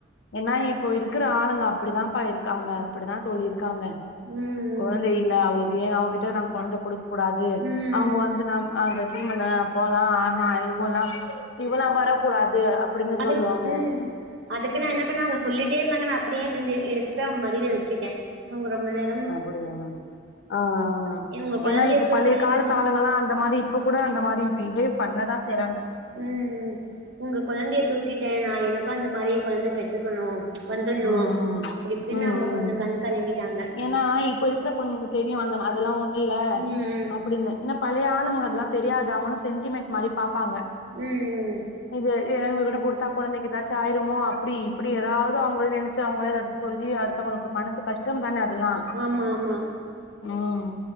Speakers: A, on the left; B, on the right.
A: என்னா இப்போ இருக்கிற ஆளுங்க அப்படிதாம்ப்பா இருக்காங்க அப்படிதா தோழியிருக்காங்க
B: ம் ம்
A: கொழந்தை இல்ல அவளுக்கு ஏ அவகிட்ட நம் கொழந்த குடுக்க கூடாது
B: ம்
A: அவங்க
B: ம்
A: வந்து நம் அங்க சீமந்தோ அப்போல்லா ஆ இவல்லா இவல்லா வரக்கூடாது அப்டின்னு
B: அதுக்
A: சொல்லுவாங்க
B: ம் அதுக்கு நா என்ன பண்ணே அவங்க சொல்லிட்டே இருந்தாங்க அப்படியே இருந்து எடுத்துடு அவங்க மடியில வச்சுட்டே அவங்க ரொம்ப நேரோ
A: அப்படியா ஆ ஆ
B: உங்க குழந்தைய
A: ஏன்னா இப்ப
B: தூக்குன
A: பழைய காலத்து
B: இதுல
A: ஆலுங்களா அந்த மாரி இப்ப கூட அந்த மாரி பிஹேவ் பண்ணதா செய்றாங்க
B: ம் ம் உங்க கொழந்தைய தூக்கிட்டே நா எனக்கு அந்த மாரி கொழந்த பெத்துக்கணு வந்துட்ணு
A: ம்
B: அப்டி இப்டின்னு
A: ம்
B: அவங்க
A: ம்
B: கொஞ்சோ கண் கலங்கிட்டாங்க
A: ஏன்னா இப்ப இருக்கிற பொண்ணுங்க தெரியு அந்த அதெல்லா ஒண்ணு இல்ல
B: ம்
A: அப்படின்னு என்னப் பழைய ஆளுங்க அதெல்லா தெரியாத அவங்கலா சென்டிமெண்ட் மாரி பாப்பாங்க
B: ம் ம்
A: இது இவங்க கிட்ட குடுத்தா கொழந்தைக்கு ஏதாச்சு ஆயிருமோ அப்டி இப்டி ஏதாவது அவங்க நெனச்சு அவங்களே அது சொல்லி அடுத்தவங்களுக்கு மனசு கஷ்டம் தானே அதெல்லா
B: ஆமா ஆமா
A: ம்